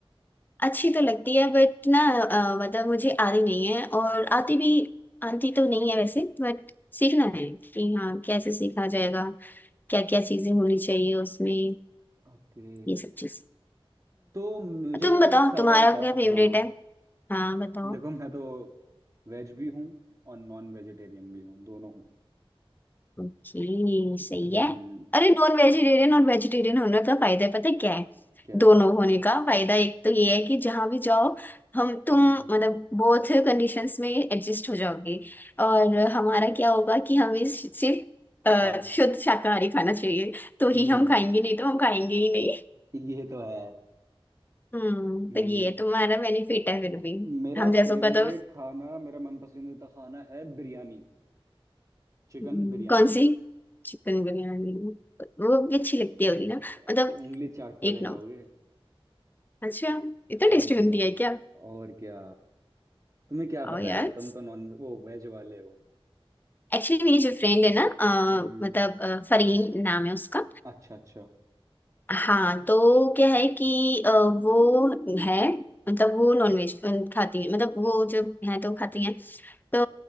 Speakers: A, on the left; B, on the right.
A: अच्छी तो लगती है बट ना अ, मतलब मुझे आती नहीं है और आती भी आती तो नहीं है वैसे बट सीखना है कि हाँ कैसे सीखा जाएगा क्या क्या चीजें होनी चाहिए उसमें
B: ओके
A: ये सब चीज
B: तो मुझे
A: तुम बताओ
B: एक सवाल
A: तुम्हारा
B: था
A: क्या फेवरेट
B: हाँ
A: है हाँ बताओ
B: देखो मैं तो वेज भी हूँ और नॉन वेजिटेरियन भी हूँ दोनों हूँ
A: ओके सही
B: हम्म
A: है अरे नॉन वेजिटेरियन और वेजिटेरियन होने का फायदा पता है क्या है
B: क्या
A: दोनों होने का फायदा एक तो ये है कि जहां भी जाओ हम तुम
B: हम्म
A: मतलब बोथ कंडीशंस में एडजस्ट हो जाओगे और हमारा क्या होगा कि हमें सिर्फ अ,
B: हाँ
A: शुद्ध शाकाहारी खाना चाहिए तो
B: हम्म
A: ही हम खाएंगे नहीं तो हम खाएंगे ही नहीं
B: ये तो है
A: हम्म
B: हम्म
A: तो ये तुम्हारा बेनिफिट है फिर भी
B: मेरा
A: हम जैसों
B: फेवरेट
A: का तो
B: खाना मेरा मन पसंदीदा खाना है बिरयानी चिकन
A: हम्म,
B: बिरयानी
A: कौन सी चिकन बिरयानी वो भी अच्छी लगती होगी ना मतलब
B: अ, उंगली चाटते
A: एक
B: रह जाओगे
A: नंबर अच्छा इतना
B: और
A: टेस्टी
B: क्या
A: बनती है क्या
B: और क्या तुम्हें क्या पता
A: Oh yes
B: यार तुम तो नॉन वो वेज वाले हो
A: एक्चुअली मेरी जो फ्रेंड है ना अ,
B: हम्म
A: मतलब अ, फरीन नाम है उसका
B: अच्छा अच्छा
A: हाँ तो क्या है कि अ, वो है मतलब वो नॉनवेज खाती है मतलब वो जब है तो खाती है तो